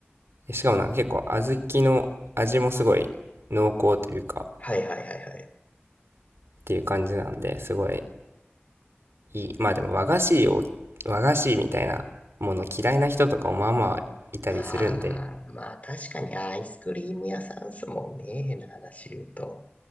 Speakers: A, on the right; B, on the left.
A: ーしかもなんか結構小豆の味もすごい濃厚というか、
B: はいはいはいはい。
A: っていう感じなんで、すごいいい。まあでも和菓子を、和菓子みたいなもの嫌いな人とかもまあまあいたりするんで、
B: ああ、まあ確かにアイスクリーム屋さんっすもんね、変な話言うと。